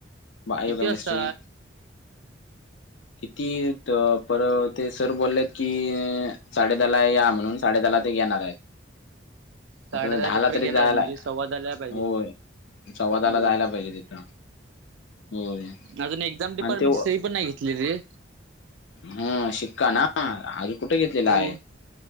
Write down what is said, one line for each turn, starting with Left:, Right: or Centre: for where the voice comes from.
Left: बायो,
Right: किती
Left: केमिस्ट्री.
Right: वाजता
Left: किती ते पर ते सर बोललेत की साडेदहा ला या म्हणून. साडेदहा ला ते घेणार आहेत.
Right: साडे
Left: आपल्याला
Right: दहा
Left: दहाला
Right: पेपर
Left: तरी
Right: घेणार
Left: जायला
Right: म्हणजे सव्वा दहाला पाहिजेत
Left: होय, सव्वा दहाला
Right: हो
Left: जायला पाहिजे तिथं. होय
Right: अजून एक्झाम डिपार्टमेंटची
Left: आणि ते
Right: सही पण नाही घेतली रे.
Left: हम शिक्का ना आम्ही कुठे घेतलेला
Right: हो
Left: आहे